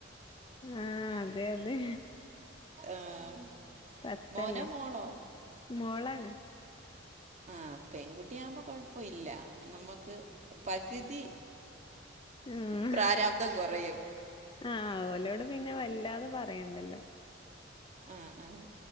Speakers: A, on the left; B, on the right.
A: ആ അതെ അതെ
B: ആ
A: പത്തല്ലേ
B: മോനോ മോളോ
A: മോളാണ്
B: ആ പെൺകുട്ടിയാവുമ്പോ കൊഴപ്പം ഇല്ല നമ്മുക്ക് പകുതി
A: ഉം
B: പ്രാരാബ്ദം കുറയും
A: ആ അവലോട് പിന്നെ വ ല്ലാതെ പറയണ്ടല്ലോ.
B: ആഹ് ആഹ്.